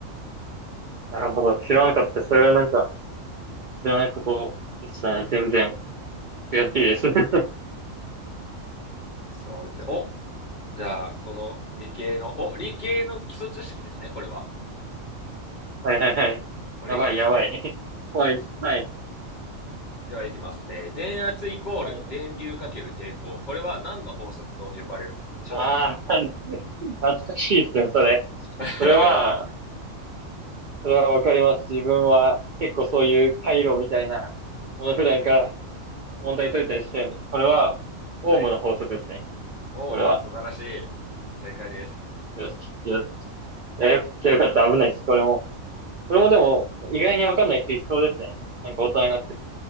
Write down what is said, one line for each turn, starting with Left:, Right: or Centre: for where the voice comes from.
Right: なるほど。知らなかった。それはなんか、知らないことでしたね。全然。悔しいです。<laughs>
Left: そうですよ。おじゃあ、この理系の、お、理系の基礎知識ですね、これは。
Right: はいはいはい。
Left: これいきますね。
Right: やばいやばい。<laughs> 怖いです。はい。
Left: では、いきます。えー電圧イコール電流かける抵抗。
Right: はい、
Left: これは何の法則と呼ばれるものでしょ
Right: ああ、<laughs> 懐かしいですね、それ。
Left: う
Right: それは、
Left: <laughs>
Right: それはわかります。自分は結構そういう回路みたいなもの普段から問題解いたりしてるんで、これはオームの法則ですね。
Left: はい。お、
Right: これは。
Left: 素晴らしい。正解です。
Right: よし、よし。いやよくよかった。危ないです。これも。これもでも、意外にわかんない人いそうですね。なんか大人になってる。